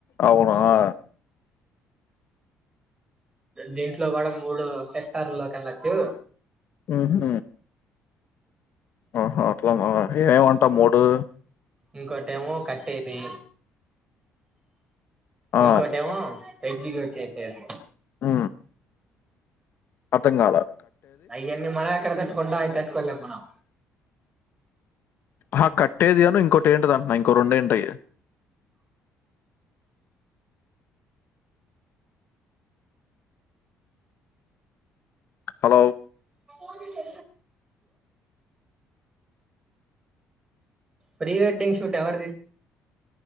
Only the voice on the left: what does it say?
అవును. ఆ!
ఊహూ ఆహా అట్లనా ఏమంటా మూడూ.
ఆ!
ఆ అర్ధం కాలే.
అహా కట్టేది అను ఇంకోటి ఏంటిదో అంటున్నావ్ ఇంకో రెండు ఏంటయి. హలో